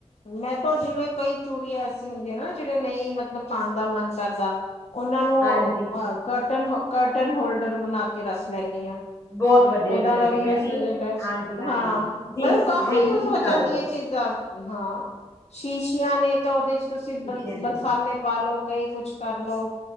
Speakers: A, on the left; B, on the left.
A: ਮੈਂ ਤਾਂ ਜਿਵੇਂ ਕਈ ਚੂੜੀਆਂ ਐਸੀ ਹੁੰਦੀਆਂ ਨਾ, ਜਿਹੜੇ ਨਹੀਂ ਮਤਲਬ ਪਾਣ ਦਾ ਮਨ ਕਰਦਾ। ਉਹਨਾਂ ਨੂੰ
B: ਹਾਂਜੀ
A: ਕਰਟਨ-ਕਰਟਨ ਹੋਲਡਰ ਬਣਾ ਕੇ ਰੱਖ ਲੈਨੀ ਆ।
B: ਬਹੁਤ ਵਧੀਆ
A: ਓਦਾਂ
B: ਗੱਲ
A: ਦਾ
B: ਹੈ ਜੀ
A: ਵੀ
B: ਮੈਂ
A: ਯੂ ਜਾਂਦ?
B: ਹਾਂਜੀ ਹਾਂਜੀ
A: ਹਾਂ
B: ਜੀ
A: ਮਤਲਬ ਕਾਫੀ
B: ਹੈਂਗਿੰਗ
A: ਯੂਜ ਹੋ
B: ਬਣਾ
A: ਜਾਂਦੀਆਂ
B: ਲੈਣੀ
A: ਚੀਜ਼ਾਂ। ਹਾਂ, ਸ਼ੀਸ਼ਿਆਂ ਨੇ ਤਾਂ ਉਹਦੇ ਚ ਤੁਸੀਂ
B: ਕਿਚਨ ਤੇ
A: ਮਸਾਲੇ ਪਾਾਲਓ ਕਈ ਕੁਛ। ਕਰਲੋ,